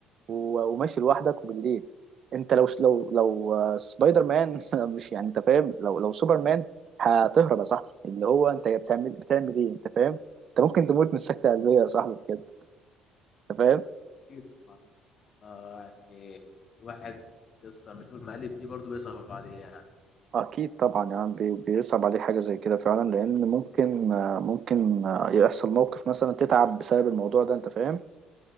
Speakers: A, on the right; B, on the left.
A: و- وماشي لوحدك وبالليل انت لو لو لو آه، سبايدر مان <laughs> مش يعني انت فاهم لو لو سوبر مان هتهرب يا صاحبي اللي هو انت بتعمل بتعمل ايه انت فاهم انت ممكن تموت من سكتة قلبية يا صاحبي بجد انت فاهم
B: كتير طبعا يا اسطى. <laughs> آه، يعني الواحد يا اسطى لما يشوف المقالب دي برضه بيصعب عليه يعني
A: اكيد طبعا يعني بي- بيصعب عليه حاجة زي كده فعلا لان ممكن آه، ممكن آه، يحصل موقف مثلا تتعب بسبب الموضوع ده انت فاهم